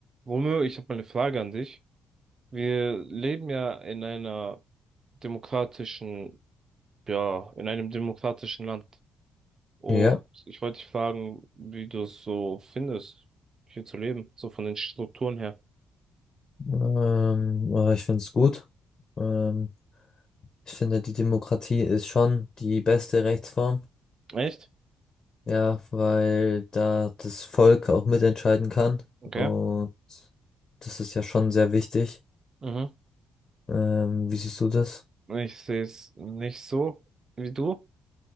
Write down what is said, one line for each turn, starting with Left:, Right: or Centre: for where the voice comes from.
Right: Romeo, ich habe mal eine Frage an dich. Wir leben ja in einer demokratischen, ja, in einem demokratischen Land. Und
Left: Ja,
Right: ich wollte dich fragen, wie du es so findest, hier zu leben, so von den Strukturen her.
Left: ähm, aber ich finde es gut. Ähm, ich finde, die Demokratie ist schon die beste Rechtsform.
Right: Echt?
Left: Ja, weil da das Volk auch mitentscheiden kann.
Right: Okay.
Left: Und das ist ja schon sehr wichtig.
Right: Mhm.
Left: Ähm, wie siehst du das?
Right: Ich sehe es nicht so wie du.